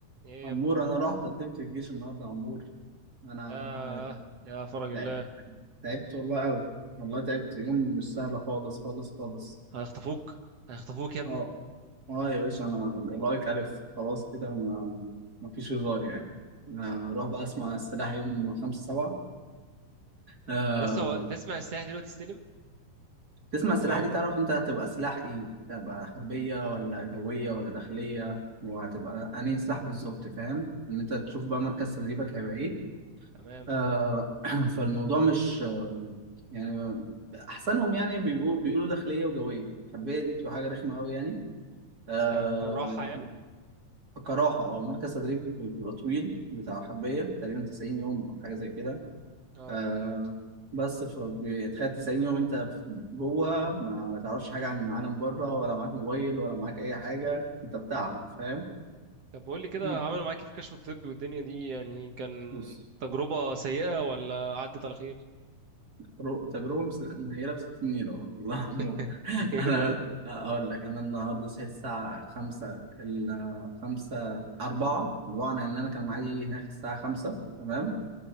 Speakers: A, on the right; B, on the right.
A: ايه
B: عمور
A: يا ابني
B: انا رحت قدمت الجيش النهارده يا عمور انا
A: يا
B: انا
A: يا فرج
B: تعبت
A: الله
B: تعبت والله قوي والله تعبت يوم مش سهل خالص خالص خالص
A: هيخطفوك هيخطفوك يا ابني
B: اه اه يا باشا انا لايك الف خلاص كده ما ما فيش هزار يعني انا اروح بقى اسمع السلاح يوم خمسة سبعة آه...
A: يا اسطى هو- تسمع السلاح دلوقتي تستلم
B: تسمع السلاح
A: ولا
B: دي تعرف انت هتبقى سلاح ايه هتبقى حربية ولا جوية ولا داخلية وهتبقى انهي سلاح بالظبط فاهم ان انت تشوف بقى مركز تدريبك هيبقى ايه
A: تمام
B: آه، <clears throat> فالموضوع مش آه، يعني احسنهم يعني بيبقوا بيقولوا داخليه وجويه الحربيه دي بتبقى حاجه رخمه قوي يعني آه
A: كان كان راحة يعني
B: كراحه اه مركز تدريب بيبقى طويل بتاع حربيه تقريبا 90 يوم او حاجه زي كده
A: اه
B: آه بس فبيتخيل 90 يوم انت في- جوه ما تعرفش حاجه عن العالم بره ولا معاك موبايل ولا معاك اي حاجه انت بتاعهم فاهم
A: طب بقول لي كده
B: <clears throat>
A: عملوا معاك إيه في الكشف الطبي والدنيا دي يعني كان
B: بص
A: تجربة سيئة ولا عدت على خير
B: رو- تجربة مس- منيلة بستين نيلة والله يا عمور
A: <laughs>
B: <laughs>
A: ليه
B: أنا
A: بقى
B: أقول لك أنا النهاردة صحيت الساعة خمسة ال خمسة أربعة أربعة لأن أنا كان معايا هناك الساعة خمسة تمام